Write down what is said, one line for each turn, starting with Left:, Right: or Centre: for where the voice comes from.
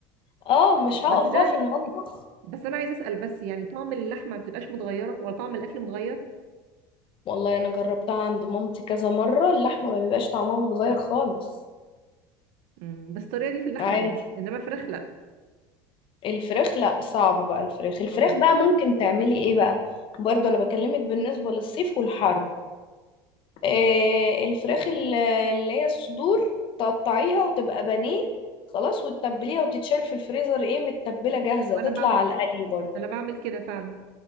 Left: اه مش هقف
Right: بس ده
Left: بقى في المطبخ
Right: بس انا عايزه اسال بس يعني طعم اللحمه ما بتبقاش متغيره ولا طعم الاكل متغير
Left: والله انا جربتها عند مامتي كذا مره اللحمه ما بيبقاش طعمها متغير خالص
Right: امم بس الطريقه دي في اللحمه
Left: عادي
Right: بس انما فراخ لا
Left: الفراخ لا صعب بقى الفراخ الفراخ
Right: اه
Left: بقى ممكن تعملي ايه بقى برضو انا بكلمك بالنسبة للصيف والحر آه الفراخ ال- اللي هي الصدور تقطعيها وتبقى بانيه خلاص وتتبليها وتتشال في الفريزر ايه متبلة جاهزة
Right: أيوة، انا
Left: تطلع
Right: بعمل
Left: على
Right: كده
Left: القلي برضو
Right: انا بعمل كده فعلا